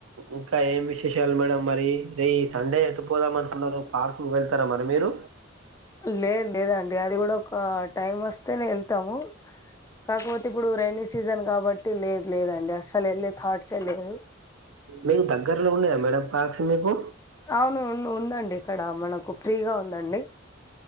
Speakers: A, on the right (about 80°); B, on the left (about 15°).
A: ఈ ఏం విశేషాలు మేడం మరి ఈ సండే ఎటు పోదాం అనుకున్నారు పార్క్ వెళ్తారా మరి మీరు
B: లేదు లేదండి అది గూడా ఒక టైం వస్తేనే వెళ్తాము కాకపోతే ఇప్పుడు రెైనీ సీజన్ కాబట్టి లేద్ లేదండి అస్సల్ ఏలే థాట్స్ ఏ లేదు
A: మీరు దగ్గరలోనే మేడం పార్క్స్ మీకు
B: అవునువును ఉందండి ఇక్కడ మనకు ఫ్రీగా ఉందండి